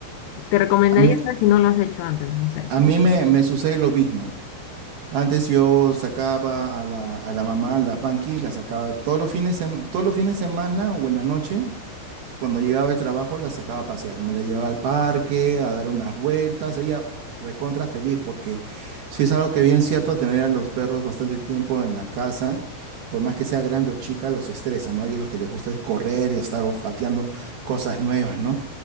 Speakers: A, on the left; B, on the right.
A: te recomendaría
B: A mí,
A: hacer si no lo has hecho antes, no sé.
B: a
A: <laughs>
B: mí me, me sucede lo mismo. Antes yo sacaba a la, a la mamá, la Panky, la sacaba todos los fines, de sem- todos los fines de semana o en la noche. Cuando llegaba del trabajo, la sacaba a pasear. Me la llevaba al parque, a dar unas vueltas. Ella recontra feliz porque sí es algo que bien cierto tener a los perros bastante tiempo en la casa. Por más que sea grande o chica, los estresa, ¿no? A ellos lo que les gusta es correr y estar olfateando cosas nuevas, ¿no?